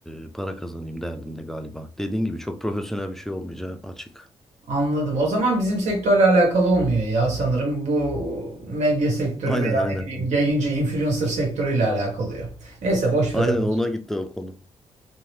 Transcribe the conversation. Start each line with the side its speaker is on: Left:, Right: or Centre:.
Centre: e, para kazanayım derdinde galiba. Dediğin gibi çok profesyonel bir şey olmayacağı açık.
Right: Anladım. O zaman bizim sektörle alakalı olmuyor ya sanırım. Bu medya sektörü
Centre: Aynen
Right: veya
Centre: aynen.
Right: ne bileyim yayıncı influencer sektörüyle alakalı. Neyse boş
Centre: Aynen
Right: ver. onu.
Centre: ona gitti o konu.